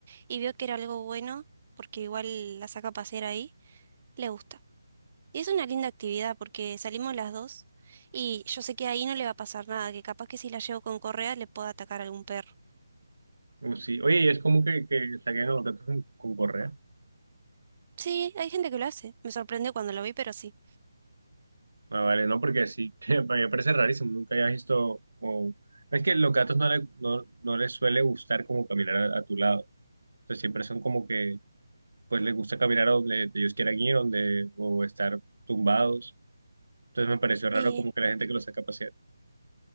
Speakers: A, on the right; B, on the right.
A: y vio que era algo bueno, porque igual la saca a pasear ahí, le gusta. Y es una linda actividad porque salimos las dos y yo sé que ahí no le va a pasar nada, que capaz que si la llevo con correa le pueda atacar algún perro.
B: Uh, sí. Oye, y es como que, que saquen a los gatos con, con correa.
A: Sí, hay gente que lo hace. Me sorprendió cuando lo vi, pero sí.
B: Ah, vale, no, porque sí, <laughs> para mí me parece rarísimo. Nunca había visto. O... Es que los gatos no, le- no, no les suele gustar como caminar a a tu lado. Entonces, siempre son como que pues les gusta caminar a donde ellos quieran ir, donde, o estar tumbados. Entonces me pareció raro
A: Sí,
B: como que la gente que los saca a pasear.